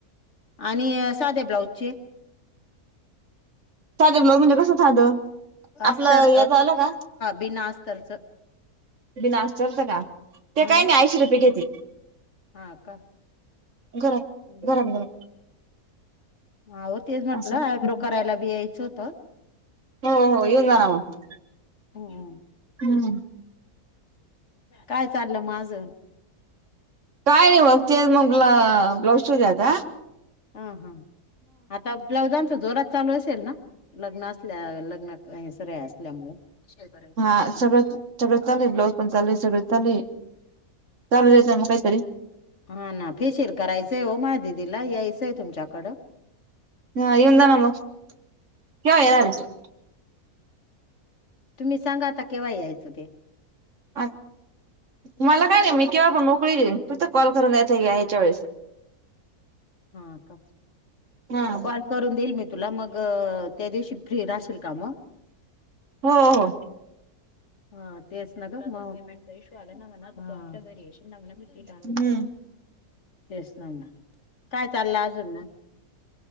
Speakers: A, on the left; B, on the right.
A: आणि साध्या ब्लाऊजचे
B: सध्या ब्लाऊज चे म्हणजे कसं साधं
A: अस्तर
B: आपलं याच आलं का
A: बीना अस्तरचं
B: बिना अस्तर चे का? ते
A: हा
B: काही नाही ऐंशीे रुपये घेते.
A: हा का
B: घरात
A: हम्
B: घरात घरात
A: अहो तेच म्हटलं
B: असं
A: आयब्रो करायला बि यायचं होत.
B: हो, हो येऊन जावा मग
A: हम्म
B: हम्
A: काय चाललं माझं?
B: काय नाही बघ ते मग ब्लाऊज शिवला होता.
A: हा, हां आता ब्लाउजांच जोरात चालू असेल ना लग्न असल्या लग्न काय आहे सगळे असल्यामुळे शेजारीच
B: हा
A: म्हणा.
B: सगळं सगळं चालू आहे, ब्लाउज पण चालू आहे, सगळं चालू आहे. चालू द्यायचं मग काहीतरी
A: हा ना फेशियल करायचंय हो माहा दिदीला यायचंय तुमच्याकडं
B: हा येऊन जा ना मग केव्हा येणार आहे.
A: तुम्ही सांगा आता केव्हा यायचं ते
B: अ मला काय नाही मी केव्हा पण मोकळीच आहे. फक्त कॉल करून या ताई यायच्या वेळेस
A: हा का
B: हां
A: कॉल करून देईल मी तुला मग त्या दिवशी फ्री राशील का मगं
B: हो, हो
A: हा तेच न पेमेंट इशू आला ना घरच्या घरी
B: हम्म
A: तेच ना काय चाललं अजून मग?